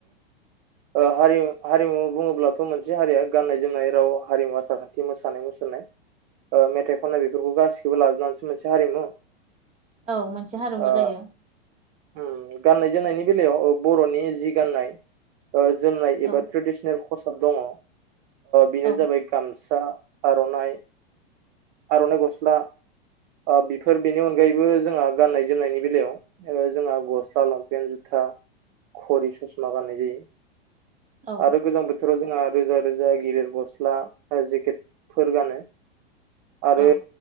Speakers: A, on the right; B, on the right.
A: ओ हारि हारिमु बुङोब्लाथ' मोनसे हारिया गाननाय जोमनाय राव हारिमु आसार खान्थि मोसानाय मुसुरनाय ओ मेथाइ खननाय बेफोरखौ गासैखौबो लाजोबनानैसो मोनसे हारिमु
B: औ मोनसे हारिमु
A: ओ
B: जायो।
A: उम गाननाय जोमनायनि बेलायाव बर'नि जि गान्नाय ओ जोमनाय
B: औ
A: एबा ट्रेडिसनेल खसाब दङ बेनो
B: औ
A: जाबाय गामस सा आर'नाइ आर'नाइ गस्ला आ बेफोर बेनि अनगायैबो जोंहा गाननाय जोमनायनि बेलायाव ओ जोंहा गस्ला लंपेन्ट जु फथा खरि ससमा गाननाय जायो
B: औ
A: आरो गोजां बोथोर बोथोराव जोंहा रोजा रोजा गिदिर गस्ला जेकेटफोर गानो। आरो
B: औ